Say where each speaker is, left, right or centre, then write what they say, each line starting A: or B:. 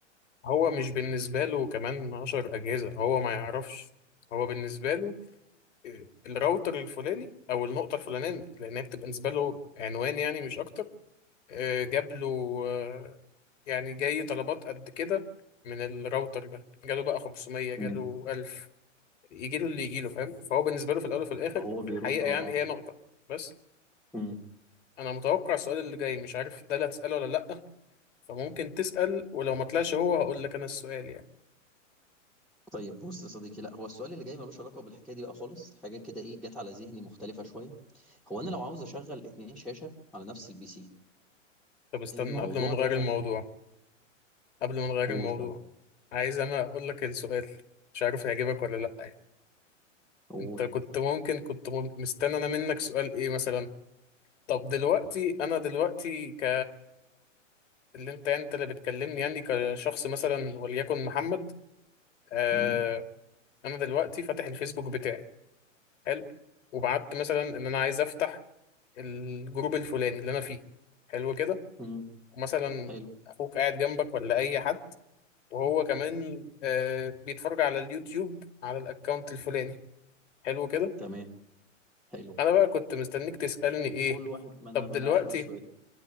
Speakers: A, on the left; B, in the centre.
A: هو مش بالنسبة له كمان عشر أجهزة هو ما يعرفش هو بالنسبة له آه، الراوتر الفلاني أو النقطة الفلانية لأنها بتبقى بالنسبة له عنوان يعني مش أكتر آه، جاب له آه، يعني جاي طلبات قد كده من الراوتر ده جاله بقى 500 جاله
B: مم.
A: 1000 يجيله اللي يجيله فاهم فهو بالنسبة له في الأول وفي الآخر
B: فهو
A: في
B: بيرد
A: الحقيقة
B: اه
A: يعني
B: اه
A: هي نقطة بس
B: مم.
A: أنا متوقع السؤال اللي جاي مش عارف ده اللي هتسأله ولا لأ فممكن تسأل ولو ما طلعش هو هقول لك أنا السؤال يعني
B: طيب بص يا صديقي لا هو السؤال اللي جاي ملوش علاقه بالحكايه دي بقى خالص حاجه كده ايه جت على ذهني مختلفه شويه هو انا لو عاوز اشغل اتنين شاشه على نفس البي سي
A: طب استنى
B: الموضوع
A: قبل ما نغير
B: ده
A: الموضوع قبل ما نغير
B: قول
A: الموضوع
B: طيب
A: عايز انا اقول لك السؤال مش عارف هيعجبك ولا لا يعني.
B: قول
A: انت كنت ممكن كنت م- مستني انا منك سؤال ايه مثلا طب دلوقتي انا دلوقتي ك اللي انت انت اللي بتكلمني يعني كشخص مثلا وليكن محمد آه
B: امم
A: انا دلوقتي فاتح الفيسبوك بتاعي حلو وبعت مثلا ان انا عايز افتح الجروب الفلاني اللي انا فيه حلو كده
B: مم.
A: ومثلا
B: حلو
A: اخوك قاعد جنبك ولا اي حد وهو كمان آه بيتفرج على اليوتيوب على الاكونت الفلاني حلو كده
B: تمام حلو
A: انا بقى كنت مستنيك تسألني ايه
B: كل واحد ما انا
A: طب
B: ما
A: دلوقتي
B: انا عارف السؤال